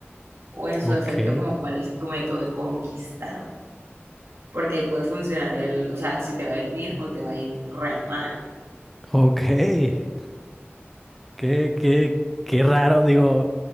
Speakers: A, on the right; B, in the centre.
A: O en su
B: ok,
A: defecto, como cuál es tu método de conquistar. Porque ahí puede funcionar el, o sea, si te va a ir bien o te va a ir re mal.
B: ok. Qué, qué, qué raro, digo,